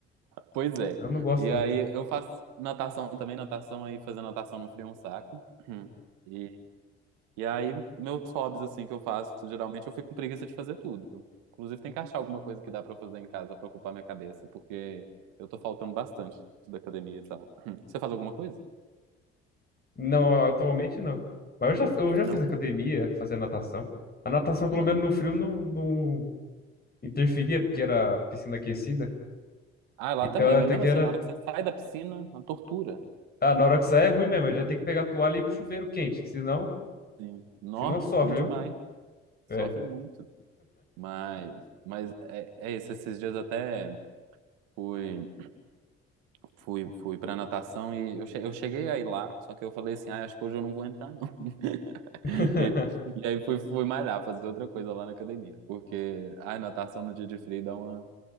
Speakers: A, on the right; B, on the left.
A: Pois é.
B: Eu não gosto,
A: E
B: não.
A: aí eu faço natação também, natação aí fazer natação no frio é um saco. <clears throat> e E aí, meus hobbies, assim, que eu faço, geralmente eu fico com preguiça de fazer tudo. Inclusive, tem que achar alguma coisa que dá pra eu fazer em casa pra ocupar minha cabeça, porque eu tô faltando bastante da academia e tal. <clears throat> Você faz alguma coisa?
B: Não, atualmente não. Mas eu já, eu já fiz
A: Não?
B: academia, fazer natação. A natação, pelo
A: Uhum.
B: menos no frio, não, não, interferia, porque era piscina aquecida.
A: Ah, lá
B: Então
A: também,
B: até
A: mas mesmo
B: que
A: assim,
B: era.
A: na hora que você sai da piscina, a tortura.
B: Ah, na hora que sai é ruim mesmo, já tem que pegar a toalha e ir pro chuveiro quente, que senão,
A: Sim. Nó,
B: senão sofre,
A: ruim demais.
B: viu?
A: Sofre
B: É.
A: muito. Mas, mas é, é isso. Esses dias até fui. Fui, fui pra natação e eu, che- eu cheguei a ir lá, só que eu falei assim, ah, acho que hoje eu não vou entrar, não. <laughs>
B: <laughs>
A: E, e aí fui, fui malhar, fazer outra coisa lá na academia, porque a natação no dia de frio dá uma,